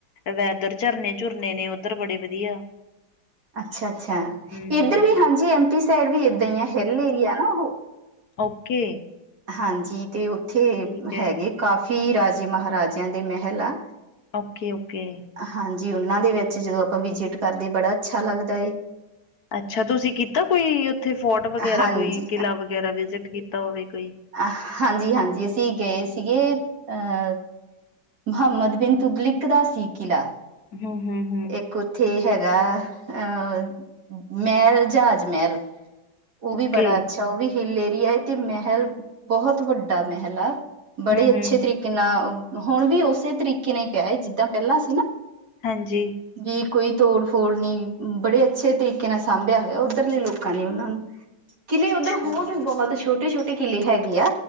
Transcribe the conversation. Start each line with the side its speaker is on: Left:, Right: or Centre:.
Left: ਵੈਦਰ ਝਰਨੇ- ਝੁਰਨੇ ਨੇ ਉੱਧਰ ਬੜੇ ਵਧੀਆ!
Right: ਅੱਛਾ- ਅੱਛਾ
Left: ਹੂੰ
Right: ਏਧਰ
Left: ਹੂੰ
Right: ਵੀ ਹਾਂਜੀ ਐਮਪੀ ਸਾਈਡ ਵੀ ਏਦਾਂ ਈ ਐ ਹਿੱਲ ਏਰੀਆ ਏ ਨਾ ਉਹ।
Left: ਓਕੇ।
Right: ਹਾਂਜੀ। ਤੇ ਉੱਥੇ
Left: ਠੀਕ ਹੈ
Right: ਹੈਗੇ ਕਾਫੀ ਰਾਜੇ ਮਹਾਰਾਜਆਂ ਦੇ ਮਹਿਲ ਆ।
Left: Okay- okay.
Right: ਹਾਂਜੀ। ਉਹਨਾਂ ਦੇ ਵਿੱਚ ਜਦੋਂ ਆਪਾਂ ਵਿਜਿਟ ਕਰਦੇ ਬੜਾ ਅੱਛਾ ਲੱਗਦਾ ਏ।
Left: ਅੱਛਾ ਤੁਸੀ ਕੀਤਾ ਕੋਈ ਉਥੇ ਫੋਰਟ ਵਗੈਰਾ,
Right: ਹਾਂਜੀ
Left: ਕੋਈ ਕਿਲਾ ਵਗੈਰਾ ਵਿਜਿਟ ਕੀਤਾ ਹੋਵੇ ਕੋਈ।
Right: ਅਹ ਹਾਂਜੀ- ਹਾਂਜੀ ਅਸੀ ਗਏ ਸੀਗੇ ਅਹ ਮੁਹੰਮਦ -ਬਿਨ -ਤੁਗਲਕ ਦਾ ਸੀ ਕਿਲਾ
Left: ਹੂੰ ਹੂੰ ਹੂੰ
Right: ਇੱਕ। ਥੇ ਹੈਗਾ ਅਹ ਮਹਲ ਜਾਜ ਮਹਲ। ਉਹ
Left: ਓਕੇ
Right: ਵੀ ਬੜਾ ਅੱਛਾ ਉਹ ਵੀ ਹਿੱਲ ਏਰੀਆ ਏ ਤੇ ਮਹਲ ਬਹੁਤ ਵੱਡਾ ਮਹਲ ਆ। ਬੜੇ
Left: ਹੂੰ
Right: ਅੱਛੇ
Left: ਹੂੰ
Right: ਤਰੀਕੇ ਨਾਲ ਹੁਣ ਵੀ ਉਸੇ ਤਰੀਕੇ ਨਾਲ ਵਰਤਦਾ ਈ ਪਿਆ ਏ ਜਿਦਾਂ ਪਹਿਲਾਂ ਸੀ ਨਾ।
Left: ਹਾਂਜੀ।
Right: ਵੀ ਕੋਈ ਤੋੜ -ਫੋੜ ਨਹੀਂ ਬੜੇ ਅੱਛੇ ਤਰੀਕੇ ਨਾਲ ਸਾਂਭਿਆ ਹੋਇਆ ਉੱਧਰਲੇ ਲੋਕਾਂ ਨੇ ਉਹਨਾਂ ਨੂੰ। ਕਿਲੇ ਉੱਧਰ
Left: ਅੱਛਾ
Right: ਹੋਰ ਵੀ ਬਹੁਤ ਛੋਟੇ- ਛੋਟੇ ਕਿਲੇ ਹੈਗੇ ਆ।